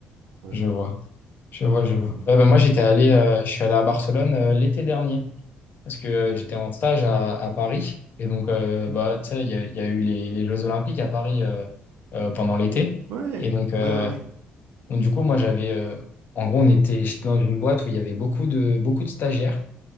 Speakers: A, on the right; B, on the left.
A: ouais,
B: Je vois. Je vois, je
A: mhm.
B: vois. Ouais, bah, moi, j'étais allé, euh, je suis allé à Barcelone euh, l'été dernier parce que euh, j'étais en stage à, à Paris. Et donc, euh,
A: Hmm.
B: bah, tu sais, il y a, il y a eu les, les Jeux Olympiques à Paris euh, euh, pendant l'été.
A: ouais,
B: Et donc, euh,
A: ouais, ouais, ouais.
B: donc, du coup, moi, j'avais. euh, en gros, on était, j'étais dans une boîte où il y avait beaucoup de, beaucoup de stagiaires.